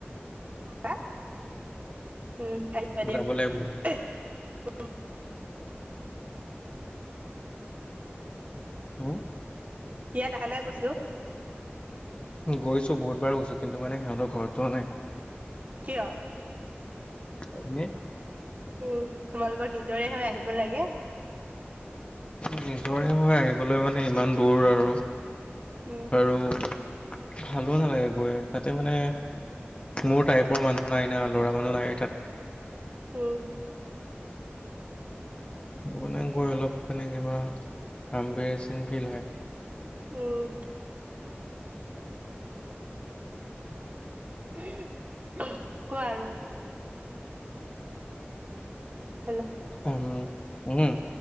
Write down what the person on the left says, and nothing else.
যাব লাগিব।
উম,
গৈছো বহুত বাৰ গৈছো কিন্তু মানে সিহঁতৰ ঘৰত যোৱা নাই।
এনেই।
নিজৰে মই আহিবলৈ মানে ইমান দূৰ আৰু।
আৰু ভালো নালাগে গৈ তাতে মানে মোৰ টাইপৰ মানুহ নাই না ল'ৰা মানুহ নাই তাত।
মানে গৈ অলপ মানে কিবা <unintelligible> ফিল হয়।
উম উম।